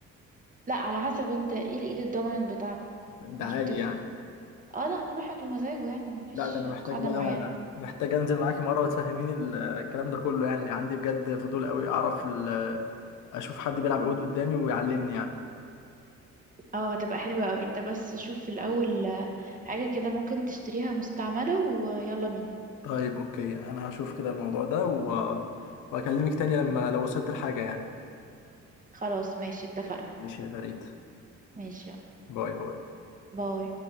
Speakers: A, on the right; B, on the left.
A: لا على حسب انت ايه الإيد الدوميننت بتاعتك
B: ده
A: مش
B: عادي
A: بتفرق
B: يعني
A: اه لا كل واحد ومزاجه يعني مفيش
B: لا ده انا محتاج
A: قاعدة
B: بقى
A: معينة
B: محتاج انزل معاكي مره وتفهميني ال- الكلام ده كله يعني عندي بجد فضول قوي اعرف ال- اشوف حد بيلعب عود قدامي ويعلمني يعني
A: اه هتبقى حلوة اوي انت بس شوف في الأول آه، حاجة كده ممكن تشتريها مستعملة ويلا بينا
B: طيب اوكي انا هشوف كده الموضوع ده و... واكلمك تاني لما لو وصلت لحاجه يعني
A: خلاص ماشي اتفقنا
B: ماشي يا فريد
A: ماشي يلا.
B: باي باي
A: باي